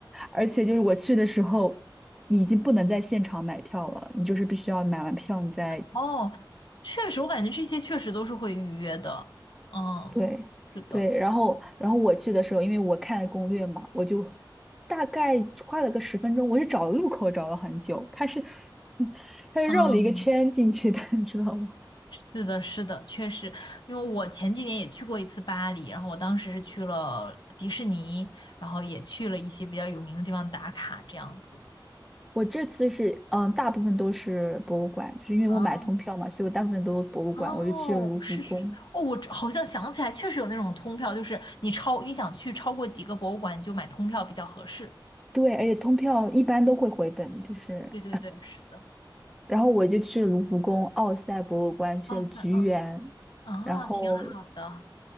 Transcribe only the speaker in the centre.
而且就是我去的时候，你已经不能在现场买票了，你就是必须要买完票你再
对对，
然后然后我去的时候，因为我看攻略嘛，我就大概花了个十分钟，我是找路口找了很久，他是他是绕了一个圈进去的，
你知道吗？
我这次是嗯，大部分都是博物馆，就是因为我买通票嘛，
所以我大部分都是博物馆，
我就去了卢浮宫。
对，而且通票一般都会回本，就是
然后我就去卢浮宫奥赛博物馆去了菊园，
然后